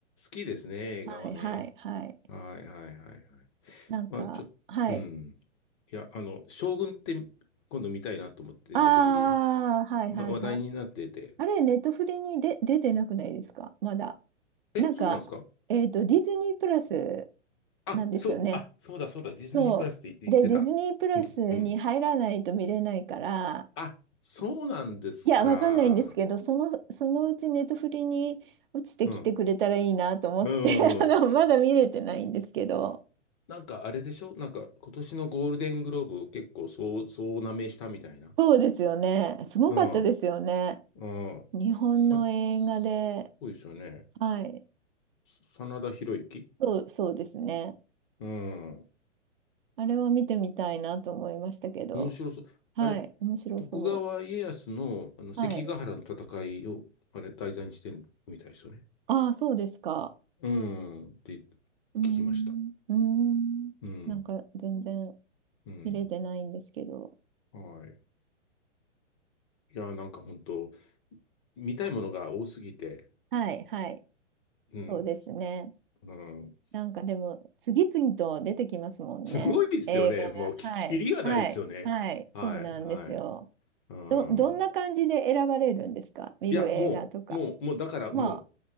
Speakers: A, on the left (about 25°); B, on the right (about 45°).
A: きですね、映画はね。
B: はい、はい、はい。
A: はいはいはいはい。
B: なんか、
A: まあ、ちょ、
B: はい。
A: うん。いや、あの、将軍って今度見たいなと思って、
B: ああ、
A: ネットフリで。
B: はいはいはい。
A: 今話題になってて。
B: あれ、ネットフリにで出てなくないですかまだ。
A: え、
B: なんか、
A: そうなんですか
B: えっと、ディズニープラス
A: あ、
B: なんですよね。
A: そう、あ、そうだそうだ、ディズニープラスって言ってた。
B: そう。で、ディズニープラスに入らないと見れないから、
A: うん。うんあ、そうなんですか。
B: いや、わかんないんですけど、その、そのうちネットフリに落ちてきてくれたらいいなと思って、
A: うん。う
B: <laughs> あの、
A: ん。
B: まだ見れてないんですけど、
A: なんかあれでしょなんか今年のゴールデングローブを結構そう、そうなめしたみたいな。
B: そうですよね。すごかったですよね。
A: うん。うん。
B: 日本の映画で、
A: さ、すごいですよね。
B: はい。
A: さ真田広之
B: そう、そうですね。
A: うん。
B: あれは見てみたいなと思いましたけど。
A: 面白そう。
B: はい。
A: あれ、
B: 面白そ
A: 徳川家康の、あの関ヶ原の戦いを、
B: う。はい。
A: あれ、題材にしてるみたいですよね。
B: ああ、そうですか。
A: うん。って聞
B: うーん。
A: きました。
B: うーん。
A: うん。
B: なんか全然
A: うん。
B: 見れてないんですけど。
A: はい。いや、なんか本当見たいものが多すぎて、
B: はい、はい。
A: うん。
B: そうですね。
A: うん。
B: なんかでも、次々と出てきますもんね。
A: すごいですよね。
B: 映画が。
A: もう、
B: はい。
A: き、きりがないですよね。
B: はい。はい。そうなんですよ。
A: はい、はい。うん。
B: ど、どんな感じで選ばれるんですか見る映画とか。
A: いや、もう、もう、もう、だからもう、
B: まあ、